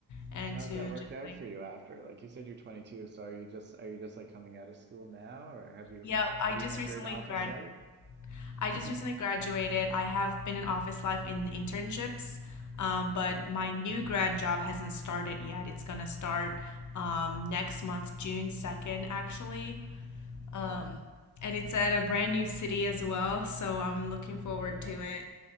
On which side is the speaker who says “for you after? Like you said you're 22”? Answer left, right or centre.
Right